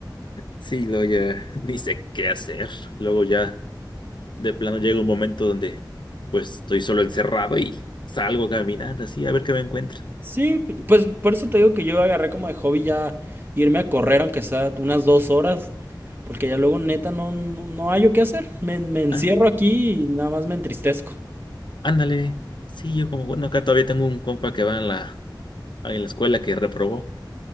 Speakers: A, on the left (about 75°); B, on the right (about 25°).
A: Sí, luego ya <laughs> ni sé qué hacer. Luego ya de plano llega un momento donde pues estoy solo encerrado y salgo a caminar así a ver qué me encuentro.
B: Sí, pues por eso te digo que yo agarré como de hobby ya irme a correr, aunque sea unas dos horas, porque ya luego neta no, no, no hallo qué hacer. Me, me encierro
A: Ah,
B: aquí y nada más me entristezco.
A: ándale. Sí, yo como, bueno, acá todavía tengo un compa que va en la, en la escuela que reprobó.